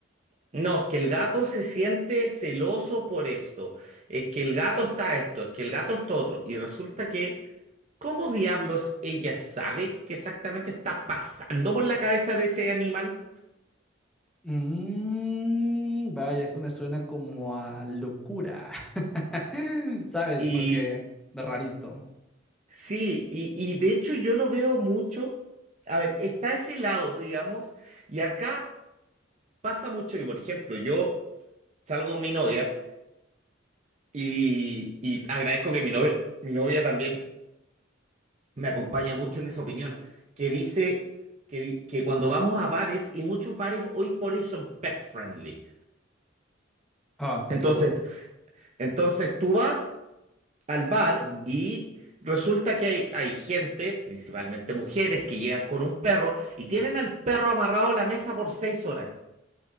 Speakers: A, on the right; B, in the centre.
A: No, es que el gato se siente celoso por esto. Es que el gato está esto, es que el gato está otro. Y resulta que, ¿cómo diablos ella sabe qué exactamente está pasando por la cabeza de ese animal?
B: Mm, vaya, eso me suena como a locura. <laughs> ¿Sabes?
A: Y
B: Porque de rarito.
A: sí, y, y de hecho yo lo veo mucho. A ver, está ese lado, digamos, y acá pasa mucho que, por ejemplo, yo salgo con mi novia y, y agradezco que mi novia, mi novia también me acompaña mucho en esa opinión, que dice que, di- que cuando vamos a bares, y muchos bares hoy por hoy son pet friendly.
B: Ah,
A: Entonces,
B: qué aburrido.
A: entonces tú vas al bar
B: Mm,
A: y resulta que hay, hay gente, principalmente mujeres, que llegan con un perro y tienen al perro amarrado a la mesa por seis horas.